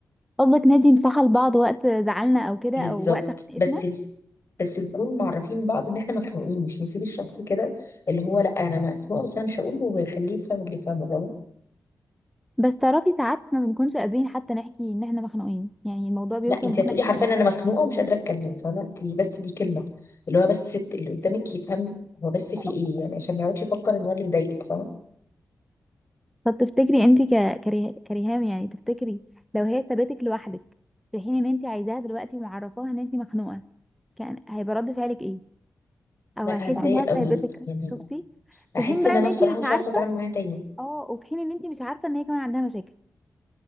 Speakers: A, in the centre; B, on the left.
A: قصدك ندي مساحة لبعض وقت زعلنا او كده
B: بالظبط
A: او وقت خناقتنا
B: بس بس نكون معرفين بعض ان احنا مخنوقين مش نسيب الشخص كده اللي هو لا انا مخنوقه بس انا مش هقول ويخليه يفهم اللي فاهمه فاهمه
A: بس تعرفي ساعات ما بنكونش قادرين حتى نحكي ان احنا مخنوقين يعني الموضوع بيوصل
B: لا انت
A: بينا
B: هتقولي حرفيا
A: كده
B: انا مخنوقه ومش قادره اتكلم فاهمه انت بس دي كلمه اللي هو بس الت- اللي قدامك يفهم هو بس في
A: اه
B: ايه يعني عشان ما يقعدش يفكر ان هو اللي مضايقك فاهمه
A: طب تفتكري انت ك... كريه... كريهام يعني تفتكري لو هي سابتك لوحدك في حين ان انت عايزاها دلوقتي ومعرفاها ان انت مخنوقه كان هيبقى رد فعلك ايه او
B: لا
A: هتحسي
B: هتضايق
A: صح. انها سابتك
B: قوي يعني
A: شفتي
B: احس
A: في حين بقى
B: ان انا
A: ان انت
B: بصراحه
A: مش
B: مش
A: <laughs> عارفه
B: عارفه اتعامل معاها تاني
A: اه وفي حين ان انت مش عارفه ان هي كمان عندها مشاكل